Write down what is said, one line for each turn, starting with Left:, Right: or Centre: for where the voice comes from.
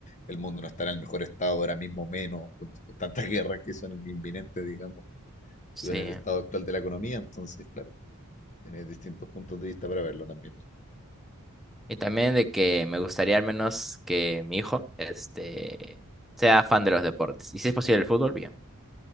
Left: el mundo no está en el mejor estado ahora mismo, menos, con, con tantas guerras que son inminentes, digamos,
Centre: sí.
Left: y con el estado actual de la economía. Entonces, claro, tiene distintos puntos de vista para verlo también.
Centre: Y también de que me gustaría al menos que mi hijo, este, sea fan de los deportes. Y si es posible el fútbol, bien.